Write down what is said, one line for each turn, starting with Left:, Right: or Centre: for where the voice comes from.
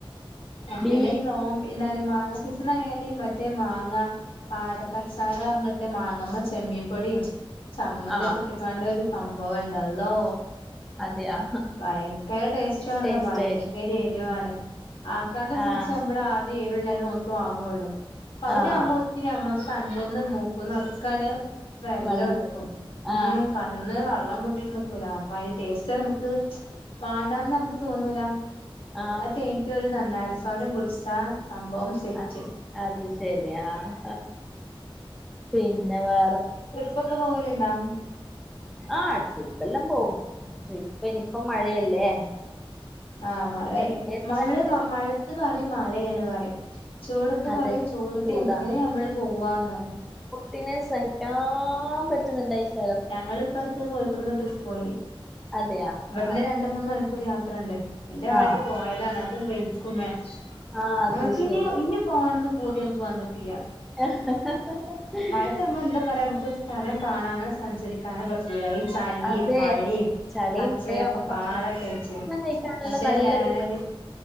Centre: ബി
Left: പിന്നെ ഈ നോമ്പ് എന്താണ് മാങ്ങ സീസണായാല് മറ്റേ മാങ്ങ പാടത്തെ <unintelligible> ആ പറഞ്ഞിട്ട് മാങ്ങ നമ്മള് ചെമ്മീ പൊടിയും ചമ്മന്തി
Centre: ആഹ്
Left: ഒക്കെ ഇട്ടിങ്ങാണ്ട് ഒരു സംഭവിണ്ടല്ലോ
Centre: അതെയാ
Left: ഭയങ്കര ടേസ്റ്റ്ന്ന്
Centre: ടേസ്റ്റ്
Left: പറഞ്ഞാ ഭയങ്കരേ <unintelligible> ആക്രാന്തം പിടിച്ച്
Centre: ആഹ്
Left: നമ്മള് ആദ്യേ ഉള്ളേ നോക്കി വാങ്ങള്ളൂ <unintelligible>
Centre: ആഹ്
Left: കണ്ടെന്നും നോക്കൂന്നും ഒക്കാണ് വരല്ല
Centre: വെള്ളം
Left: എടുത്തും ഉം
Centre: ആഹ്
Left: കണ്ണ് വെള്ളം കട്ട് നക്കൂലെ അപ്പൊ അതിന്റെ ടേസ്റ്റ് നമുക്ക് വേണ്ടാന്ന് നമുക്ക് തോന്നൂല
Centre: ആ
Left: അത് കഴിഞ്ഞിട്ട് ഒരു നന്നാഡി സോഡ കുടിച്ചാൽ സംഭവം സെറ്റ്
Centre: അത് അത് ശരി ആഹ് പിന്നെ വേ
Left: ട്രിപ്പൊക്കെ പോ <unintelligible>
Centre: ആ ട്രിപ്പെല്ലാം പോകും ട്രിപ്പ് ഇനിപ്പം മഴയല്ലേ
Left: ആ മഴ
Centre: വെക്കേഷനായിട്ട്
Left: നമ്മള് മഴ ഇത് പറെയും മഴയാന്ന്‌ പറയും ചൂടത്ത്
Centre: അതെ
Left: പറയും ചൂടത്ത്
Centre: ചൂടാണ്
Left: നിന്ന് നമ്മള് പോവാന്ന്‌ പറയും
Centre: <unintelligible> നെ സഹിക്കാൻ പറ്റുന്നുണ്ടായില്ല
Left: ഞങ്ങള് ഇപ്പടു ത്ത് കോഴിക്കോട്ടേക്ക് ഒരു ട്രിപ്പ് പോയി
Centre: അതെയാ
Left: ഇവിടുന്ന്
Centre: ആഹ്
Left: രണ്ട് മൂന്ന് മണിക്കൂർ യാ ത്രയൂണ്ട് എന്റെ ആളായിട്ട്
Centre: ആഹ്
Left: പോയതാണ് <unintelligible>
Centre: ആഹ് അത്
Left: ആക്കിനി
Centre: ശരി
Left: ഇനി പോണന്ന് പൂതിങ്ങക്ക് വന്നിട്ടില്ല
Centre: <inaudible>
Left: മഴയത്ത് നമ്മൾ എന്താ പറയാ നമുക്കൊരു സ്ഥലം കാണാന സഞ്ചരിക്കാനെ പറ്റൂല ഈ ചളിം
Centre: അതെ
Left: മഴെയും
Centre: ചളിയും
Left: കച്ചറൊക്കെ
Centre: മഴയാവുമ്പോ
Left: പാടെ കഴിച്ച്
Centre: ഭക്ഷണം കഴിക്കാനെല്ലാം
Left: പക്ഷെ
Centre: നല്ലൊരു
Left: വേനല്